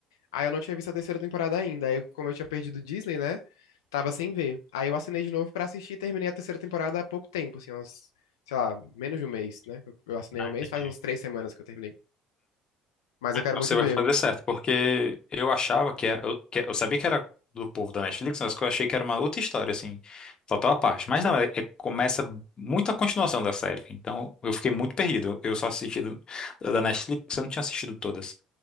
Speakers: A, on the left; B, on the left.
A: Aí eu não tinha visto a terceira temporada ainda. Aí, como eu tinha perdido o Disney, né? Tava sem ver. Aí eu assinei de novo pra assistir e terminei a terceira temporada há pouco tempo, assim, uns, sei lá, menos de um mês, né? Eu, eu assinei
B: Ah,
A: há um mês,
B: entendi.
A: faz uns três semanas que eu terminei. Mas eu
B: Então
A: quero muito
B: Você
A: ver.
B: vai fazer certo, porque eu achava que era. Eu, que- eu sabia que era do povo da Netflix, mas que eu achei que era uma outra história, assim, total à parte. Mas não, é, é- começa muito a continuação da série. Então eu fiquei muito perdido. Eu só assisti do- da Netflix, eu não tinha assistido todas.